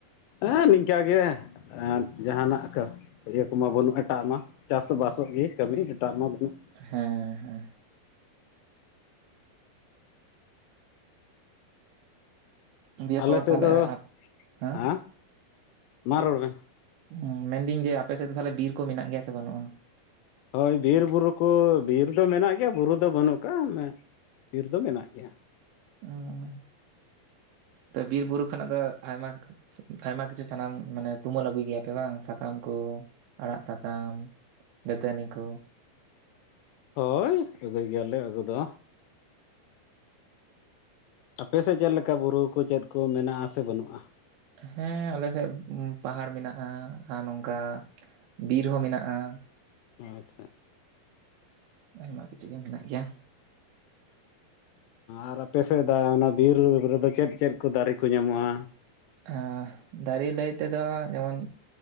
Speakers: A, on the left; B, on the right.
A: ᱦᱮᱸ ᱱᱤᱝᱠᱟ ᱜᱮ ᱡᱟᱦᱟᱱᱟᱜ ᱠᱟ ᱤᱭᱟᱹ ᱠᱚᱢᱟ ᱵᱟᱹᱱᱩᱜᱼᱟ ᱮᱴᱟᱜ ᱢᱟ ᱪᱟᱥ ᱵᱟᱥᱚᱜ ᱜᱮ ᱠᱟᱹᱢᱤ ᱮᱴᱟᱜ ᱢᱟ ᱵᱟᱹᱱᱩᱜ।
B: ᱦᱮᱸ ᱦᱮᱸ ᱫᱤᱭᱮ
A: ᱟᱞᱮ
B: ᱯᱚᱨ
A: ᱥᱮᱫ
B: ᱛᱟᱦᱚᱞᱮ
A: ᱫᱚ
B: ᱟᱯ ᱦᱮᱸ
A: ᱦᱟᱸ ᱢᱟ ᱨᱚᱲ ᱢᱮ।
B: ᱦᱮᱸ ᱢᱮᱱᱫᱤᱧ ᱡᱮ ᱟᱯᱮᱥᱮᱫ ᱫᱚ ᱛᱟᱦᱞᱮ ᱵᱤᱨ ᱠᱚ ᱢᱮᱱᱟᱜ ᱜᱮᱭᱟ ᱥᱮ ᱵᱟᱹᱱᱩᱜᱼᱟ᱾
A: ᱦᱳᱭ ᱵᱤᱨᱵᱩᱨᱩ ᱠᱚ ᱵᱤᱨ ᱫᱚ ᱢᱮᱱᱟᱜ ᱜᱮᱭᱟ ᱵᱩᱨᱩ ᱫᱚ ᱵᱟᱹᱱᱩᱜ ᱠᱟᱜᱼᱟ ᱵᱤᱨ ᱫᱚ ᱢᱮᱱᱟᱜ ᱜᱮᱭᱟ।
B: ᱚᱸᱻ ᱛᱚ ᱵᱤᱨ ᱵᱩᱨᱩ ᱠᱷᱚᱱᱟᱜ ᱫᱚ ᱟᱭᱢᱟ ᱟᱭᱢᱟ ᱠᱤᱪᱷᱩ ᱥᱟᱱᱟᱢ ᱢᱟᱱᱮ ᱛᱩᱢᱟᱹᱞ ᱟᱹᱜᱩᱭ ᱜᱮᱭᱟᱯᱮ ᱵᱟᱝ ᱥᱟᱠᱟᱢ ᱠᱚ ᱟᱲᱟᱜ ᱥᱟᱠᱟᱢ ᱫᱟᱹᱛᱟᱹᱱᱤ ᱠᱚ
A: ᱦᱳᱭ ᱟᱹᱜᱩᱭ ᱜᱮᱭᱟᱞᱮ ᱟᱹᱜᱩ ᱫᱚ᱾ ᱟᱯᱮᱥᱮᱫ ᱪᱮᱫ ᱞᱮᱠᱟ ᱵᱩᱨᱩ ᱠᱚ ᱪᱮᱫ ᱠᱚ ᱢᱮᱱᱟᱜᱼᱟ ᱥᱮ ᱵᱟᱹᱱᱩᱜᱼᱟ?
B: ᱦᱮᱸ ᱟᱞᱮ ᱥᱮᱫ ᱯᱟᱦᱟᱲ ᱢᱮᱱᱟᱜᱼᱟ ᱟᱨ ᱱᱚᱝᱠᱟ ᱵᱤᱨ ᱦᱚᱸ ᱢᱮᱱᱟᱜᱼᱟ।
A: ᱟᱪᱪᱷᱟ
B: ᱟᱭᱢᱟ ᱠᱤᱪᱷᱩ ᱜᱮ ᱢᱮᱱᱟᱜ ᱜᱮᱭᱟ᱾
A: ᱟᱨ ᱟᱯᱮ ᱥᱮᱫ ᱫᱚ ᱚᱱᱟ ᱵᱤᱨ ᱨᱮᱫᱚ ᱪᱮᱫ ᱪᱮᱫ ᱠᱚ ᱫᱟᱨᱮ ᱠᱚ ᱧᱟᱢᱚᱜᱼᱟ?
B: ᱟᱸᱻ ᱫᱟᱨᱮ ᱞᱟᱹᱭ ᱛᱮᱫᱚ ᱡᱮᱢᱚᱱ